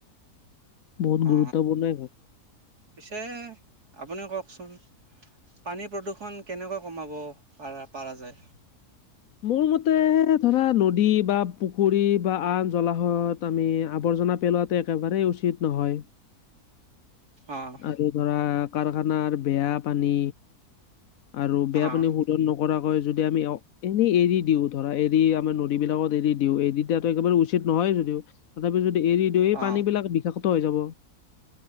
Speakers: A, on the left; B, on the right.
A: বহুত
B: অ
A: গুৰুত্বপূৰ্ণ হয়।
B: পিছে আপুনি কওঁকচোন? পানী প্ৰদূৰ্ষণ কেনেকৈ কমাব পাৰা পাৰা যায়?
A: মোৰ মতে ধৰা নদী বা পুখুৰী বা আন জলাশয়ত আমি আৱৰ্জনা পেলোৱাতটো একেবাৰেই উচিত নহয়।
B: অহ।
A: আৰু ধৰা কাৰখানাৰ বেয়া পানী আৰু বেয়া
B: অ',
A: পানী শুধ ন কৰাকৈ যদি আমি অক এনেই এৰি দিওঁ ধৰা এৰি আমাৰ নদীবিলাকত এৰি দিওঁ এৰি দিয়া একেবাৰে উচিত নহয় যদিও। তথাপি যদি এৰি দিওঁ এই
B: অ',
A: পানীবিলাক বিষাক্ত হৈ যাব।